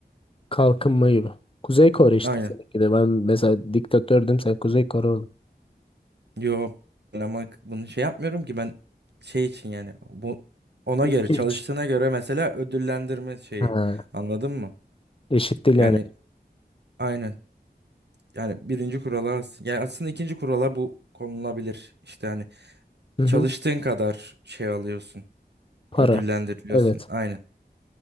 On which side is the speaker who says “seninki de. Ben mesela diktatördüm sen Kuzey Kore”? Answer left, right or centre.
Left